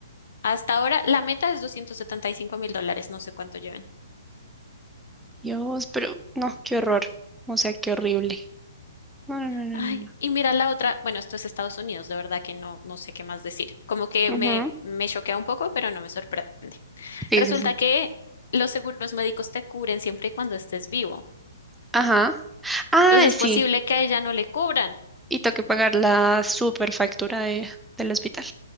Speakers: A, on the left; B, in the centre.
A: Hasta ahora, la meta es 275 mil dólares, no sé cuánto lleven.
B: Dios, pero no, qué horror, o sea, qué horrible. No, no, no,
A: Ay,
B: no,
A: y mira la otra, bueno, esto es Estados Unidos, de verdad que no, no sé qué más decir. Como que
B: no.
A: me,
B: no. Ujú.
A: me choquea un poco, pero no me sorprende.
B: Sí,
A: Resulta
B: sí, sí.
A: que los seguros médicos te cubren siempre y cuando estés vivo.
B: Ajá. Ah,
A: Entonces, es
B: sí,
A: posible que a ella no le cubran.
B: y tengo que pagar la superfactura de, del hospital.